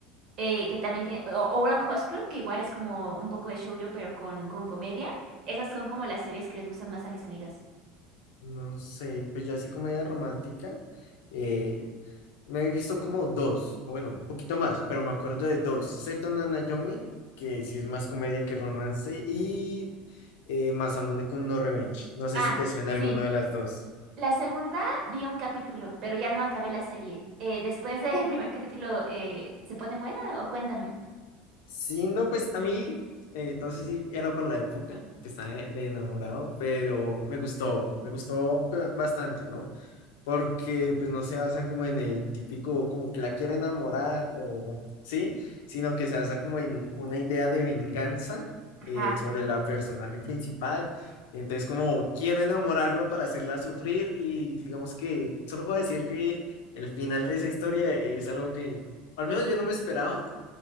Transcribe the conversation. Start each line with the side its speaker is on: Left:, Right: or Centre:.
Right: eh, que también tiene, o o Orange Host Club, que igual es como un poco de shoujo, pero con, con comedia. Esas son como las series que les gustan más a mis amigas.
Left: No sé, pues yo así comedia romántica, eh, me he visto como dos, o bueno, un poquito más, pero me acuerdo de dos, Seto no Nayomi, que sí es más comedia que romance, y eh, Masamune Kun no Revenge, no sé
Right: Ah,
Left: si te suena
Right: sí.
Left: alguno de las dos.
Right: La segunda vi un capítulo, pero ya no acabé la serie. Eh, después del <laughs> primer capítulo, eh, ¿se pone buena o cuéntame?
Left: Sí, no, pues a mí, eh, no sé si era por la época que estaba de, de enamorado, pero me gustó, me gustó ba- bastante, ¿no? Porque pues no se basa como en el típico, como que la quiero enamorar o sí, sino que se basa como en una idea de venganza eh,
Right: Ajá.
Left: sobre la personaje principal. Entonces, como quiero enamorarlo para hacerla sufrir y digamos que solo puedo decir que el final de esa historia es algo que al menos yo no me esperaba